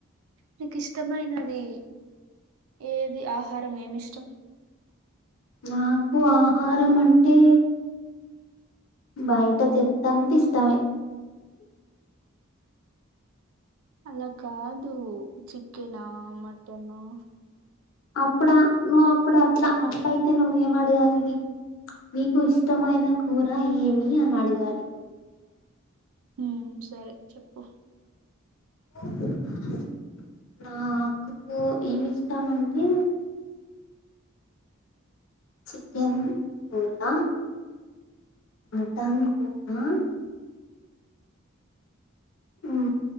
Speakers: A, on the right; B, on the left.
A: నీకు ఇష్టమైనది ఏది ఆహారం ఏం ఇష్టం
B: మాకు ఆహారం అంటే బయట చెత్త అంత ఇష్టామే
A: అలా కాదు చికెన్ నా మట టెన్ హా
B: అప్పుడ ను అప్పుడు అట్లా అట్లా అయి అయితే నువ్వేం అడగాలి నీకు ఇష్టమైన కూర ఏమి అని అడగాలి
A: ఊ సరే చెప్పు
B: నాకు నాకూ ఏమి ఇష్టమంటే చికెన్ కూరా మటన్ కూడా ఉ